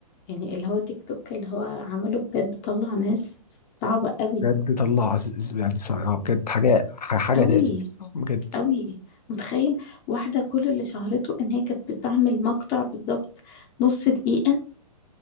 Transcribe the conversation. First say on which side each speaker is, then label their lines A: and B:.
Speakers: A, on the left (about 20°); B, on the left (about 80°).
A: يعني اللي هو تيك توك اللي هو عمله بجد طلع ناس صعبه قوي
B: بجد طلع عز- عز- يعني صعب بجد حاجة ح- حاجة
A: قوي
B: تقلب بجد
A: قوي متخيل واحده كل اللي شهرته ان هي كانت بتعمل مقطع بالظبط نص دقيقه